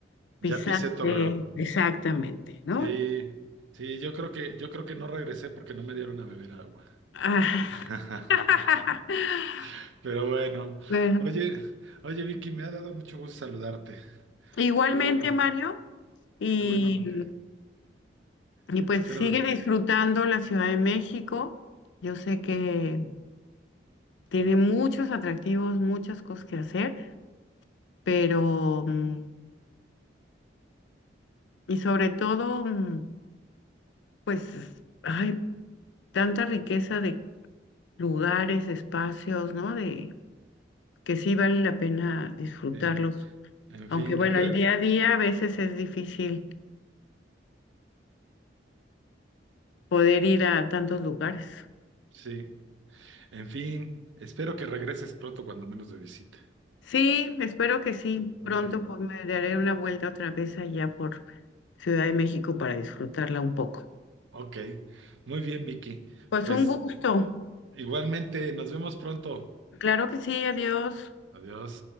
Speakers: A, on the left; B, on the right.
A: pisaste
B: ya pisé Torreón.
A: exactamente, ¿no?
B: Sí, sí, yo creo que, yo creo que no regresé porque no me dieron a beber agua. <laughs>
A: Ah. <laughs>
B: Pero bueno,
A: Bueno,
B: oye, oye Vicky, me ha dado mucho gusto saludarte.
A: igualmente,
B: Qué bueno,
A: Mario, y,
B: qué bueno lo que
A: y
B: espero.
A: pues sigue disfrutando la Ciudad de México. Yo sé que tiene muchos atractivos, muchas cosas que hacer, pero, mm, y sobre todo, mm, pues hay tanta riqueza de lugares, espacios, ¿no? De que sí vale la pena disfrutarlos.
B: Sí, en
A: Aunque
B: fin,
A: bueno,
B: regre
A: el día a día a veces es difícil poder ir a tantos lugares.
B: sí, en fin, espero que regreses pronto cuando menos de visita.
A: Sí, espero que sí.
B: Sí. Ok,
A: Pronto pues me daré una vuelta otra vez allá por Ciudad de México para disfrutarla un poco.
B: ok. Muy bien, Vicky.
A: Pues
B: Pues
A: un gusto.
B: igualmente, nos vemos pronto.
A: Claro que sí, adiós.
B: Adiós.